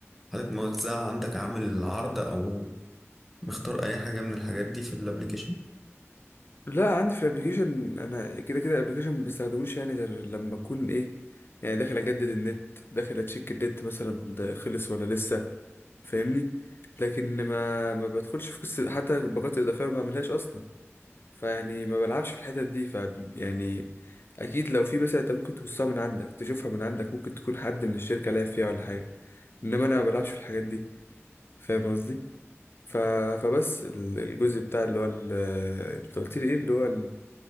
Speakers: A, in the centre; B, on the left (about 50°).
A: حضرتك موزع عندك عامل عرض أو مختار أي حاجة من الحاجات دي في الأبليكيشن
B: لا عندي في الابليكيشن انا كده كده الابليكيشن ما بستخدموش يعني غير لما اكون ايه يعني داخل اجدد النت داخل اتشيك النت مثلا ده خلص ولا لسه فاهمني لكن ما ما بدخلش في قصه حتى الباقات الاضافيه ما بعملهاش اصلا فيعني ما بلعبش في الحتت دي ف يعني اكيد لو في مثلا انت ممكن تبصها من عندك تشوفها من عندك ممكن تكون حد من الشركه لعب فيها ولا حاجه انما انا ما بلعبش في الحاجات دي فاهم قصدي ف... فبس ال- الجزء بتاع اللي هو ال... انت قلت لي ايه اللي هو